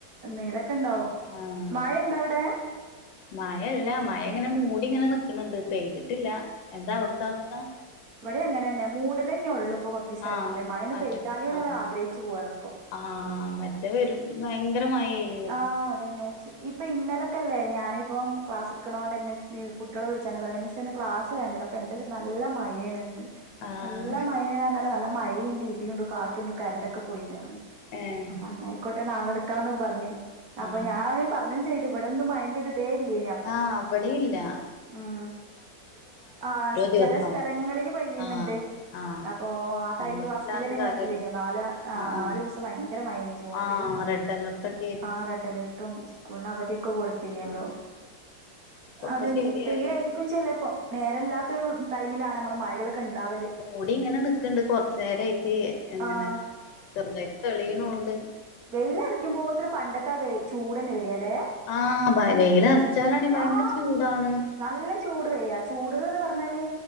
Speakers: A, on the right; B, on the left.
A: എന്തെങ്കിലൊക്കെണ്ടാവും
B: ആഹ്
A: മഴെണ്ടവ്ടെ
B: മയല്ല മഴങ്ങനെ മൂടിങ്ങനെ ന്ക്ക്ണ് ണ്ട് പെയ്ത്ട്ട്ല്ല എന്താ അവ്ട്ത്തവസ്ഥാ
A: ഇവട്യങ്ങനെഞ്ഞെ മൂടലെന്നൊള്ളുപ്പം കൊറ്ച്ചീസായ്ട്ട്ള്ളെ
B: ആഹ്
A: മഴൊന്ന്
B: അതെ
A: പെയ്താലേന്ന്
B: ആഹ്
A: ആഗ്രഹിച്ച് പോവാണ്പ്പം
B: ആഹ് മറ്റേ വെരും ഭയ്ങ്കര മഴേന്
A: ആഹ് അതെന്നേച്ചു ഇപ്പം ഇന്നലെക്കല്ലേ ഞാനിപ്പം ക്ലാസ്ട്ക്ക്ണോണ്ടെന്നെ കുട്ട്യാൾ വിള്ച്ചാണ്ട് പറീണ്ട് മിസ്സേന്ന് ക്ലാസ് വേണ്ടടാ <unintelligible> നല്ല മഴേണ്ന്ന്
B: ആഹ്
A: നല്ല മഴേണർഞ്ഞാൽ നല്ല മഴീണ്ട് ഇടിയുണ്ട് കാറ്റുണ്ട് കരണ്ടൊക്കെ പോയിണറ്ഞ്ഞ്
B: ഏഹ്
A: അപ്പന്നായ്ക്കോട്ടെ നാളെടുക്കാന്നും പറ്ഞ്ഞ് അപ്പൊ
B: ആഹ്
A: ഞാന് പറ്ഞ്ഞും ചെയ്ത് ഇവെടെന്നും മഴൻ്റൊര്തേ ഇല്ലേന്
B: ആഹ് ആവടീല്ലാ
A: ഉം ആഹ്
B: ദിവസം
A: ചെല സ്ഥലങ്ങളിൽ പെയ്യ്ന്ന്ണ്ട്
B: ആഹ് ആഹ്
A: അപ്പൊ ആ ടൈം
B: പറഞ്ഞിട്ട്
A: ഫസ്സ്ലെന്നെ ങ്ങൾ
B: കാര്യല്ല
A: കണ്ടില്ലേന്യോ നാല് ആ
B: ആഹ് ആഹ്
A: നാല് ദെവ്സം ഭയ്ങ്കര മഴേനി ജൂണില്
B: ആഹ് റെഡലർട്ടെക്ക
A: ആഹ് റെഡ് അലേർട്ടും സ്കൂളിന് അവധിയൊക്കെ കൊടുത്തീനെല്ലോ
B: ആഹ് ഇപ്പൊക്കെ
A: അതന്നെ
B: ശരിയായി
A: പെയ്യുമായിരിക്കും ചില ഇപ്പം നേരല്ലാത്തൊരു ടൈമിലാണ് നമ്മളെ മഴകളൊക്കെ ഇണ്ടാവല്
B: ഓടി ഇങ്ങനെ നിക്കണ്ട് കൊറച്ച് നേരം ആയിട്ട് ഇങ്ങനെ
A: ആഹ്.
B: ചെറുതായിട്ട് തെളിയണും ഉണ്ട്
A: വെയില് എറക്കുമ്പോ ഇത്ര പണ്ടത്തെ വേ ആ ചൂടന്നെ വരികല്ലേ
B: ആഹ് ഭ വെയിലറ ച്ചാലാണെ ഭയങ്കര
A: ദാഹ്
B: ചൂടാണ്
A: നല്ല ചൂട് വരിക ചൂട്ന്ന് പറഞ്ഞാല്